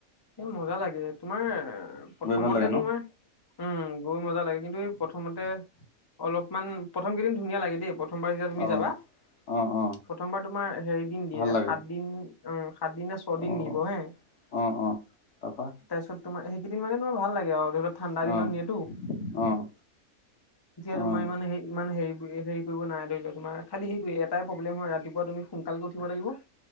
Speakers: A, on the left (about 20°); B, on the left (about 55°).
A: স, মজা লাগে, তোমাৰ প্ৰথমতে
B: গৈ ভাল লাগে ন?
A: তোমাৰ উম, গৈ মজা লাগে কিন্তু এই প্ৰথমতে অলপমান প্ৰথম কেইদিন ধুনীয়া লাগে দেই প্ৰথমবাৰ যেতিয়া তুমি
B: অ',
A: যাবা।
B: অ', অ',
A: প্ৰথমবাৰ তোমাৰ হেৰি দিন দিয়ে,
B: ভাল লাগে
A: সাত দিন, অ, সাত দিন ন, ছয়দিন
B: অ',
A: নিব হে।
B: অ', অ'। তাৰপা
A: তাৰপিছত তোমাৰ সেইকেইদিন মানে তোমাৰ ভাল লাগে আৰু ধৰি ল ঠাণ্ডা দিনত
B: অ',
A: নিয়েতো
B: অ',
A: এতিয়া
B: অ',
A: তোমাৰ মানে হ, ইমান হেৰি, হেৰি নাই ধৰি ল, তোমাৰ খাল সেইটো এটাই প্ৰব্লেম হয় ৰাতিপুৱা তুমি সোনকালকে উঠিব লাগিব।